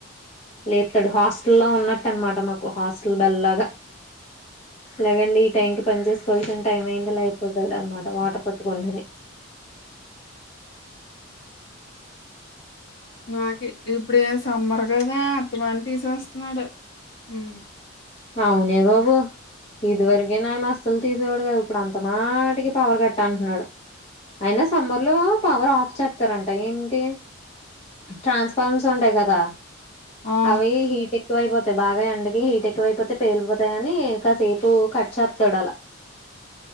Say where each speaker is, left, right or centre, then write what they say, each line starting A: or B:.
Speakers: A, on the left (about 30°); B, on the left (about 55°).
A: లేపుతాడు హాస్ హల్ ఉన్నట్టు అన్న మాట మాకు హాస్టల్ బెల్ లాగా లేగండి ఈ టైం కి పని చేసుకోవాల్సిన టైం అయిందిలా అయిపోతాది అన్న మాట వాటర్ పట్టుకుంటది
B: నాకి ఇప్పుడే సమ్మర్ కదా అత్తమని తీసేస్త మరి హు
A: అవునే బాబు ఇది వరకేనా ఆయన అసలు తీసేవాడు కదా ఇప్పుడు అంత మాటికి పవర్ కట్ అంటున్నాడు అయిన సమ్మర్ లో పవర్ ఆఫ్ చేస్తారంట ఏం ఏ ట్రాన్స్పరమ్ సౌండ్ఎ కదా
B: ఆ
A: అవి హీట్ ఎక్కు ఎక్కువైపోతాయి బాగా ఎండకి హీట్ ఎక్ ఎక్కువైపోతే పేలిపోతాయ అని కాసేపు కట్ చెతాడు అలా